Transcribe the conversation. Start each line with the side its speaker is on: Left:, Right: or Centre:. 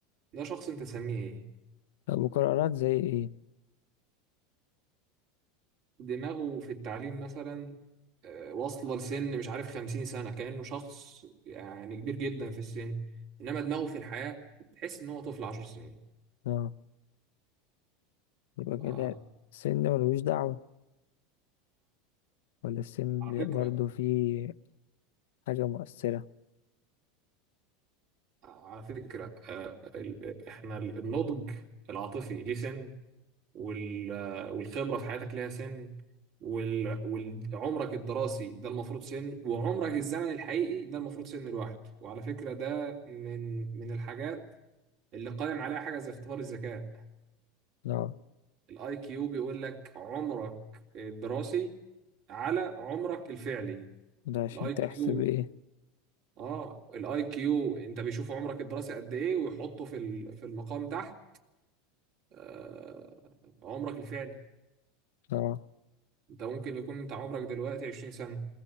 Right: ده شخص انت تسميه ايه
Left: طب وقرارات زي ايه
Right: دماغه في التعليم مثلا آه، واصلة لسن مش عارف خمسين سنة كأنه شخص يعني كبير جدا في السن إنما دماغه في الحياة تحس إن هو طفل عشر سنين
Left: اه يبقى كده
Right: آه،
Left: السن ملوش دعوة ولا السن
Right: على
Left: ليه
Right: فكرة
Left: برضه فيه حاجة مؤثرة
Right: على فكرة آه، ال- إحنا النضج العاطفي ليه سن وال- آه، والخبرة في حياتك ليها سن وال- وعمرك الدراسي ده المفروض سن وعمرك الزمن الحقيقي ده المفروض سن الواحد وعلى فكرة ده من من الحاجات اللي قائم عليها حاجه زي اختبار الذكاء
Left: اه
Right: الاي كيو بيقول لك عمرك الدراسي على عمرك الفعلي
Left: ده عشان
Right: الاي
Left: تحسب
Right: كيو
Left: ايه
Right: اه الاي كيو انت بيشوف عمرك الدراسي قد ايه ويحطه في ال- في المقام تحت آه عمرك الفعلي
Left: اه
Right: انت ممكن يكون انت عمرك دلوقتي 20 سنه